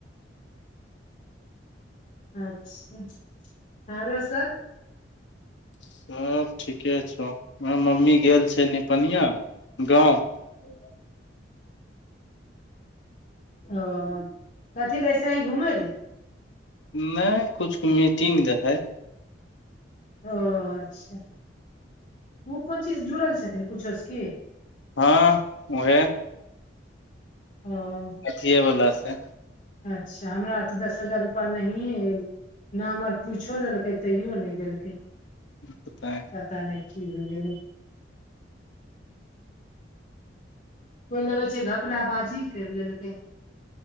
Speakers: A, on the left (about 45°); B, on the left (about 85°).
A: अच्छा आरो सब
B: सब ठीके छौ उहा मम्मी गेल छ निपनिया गाँव
A: ज <inaudible> <inaudible> ओ कथी ल ऐसे ही घुमै लए
B: नहि कुछ मीटिंग रहै
A: ओ अच्छा ओ कोन चीज जुड़ल छथिन कुछो सँ की
B: हँ उहे
A: ह
B: अथियए बला से
A: अच्छा हमरा दस हजार रुपैआ नहिए आयल नाम आर पूछो लेलकै तैयो नहि देलकै
B: पबता
A: पता नय की हो गेलै कोइ लगै छै घपलाबाजी करि लेलकै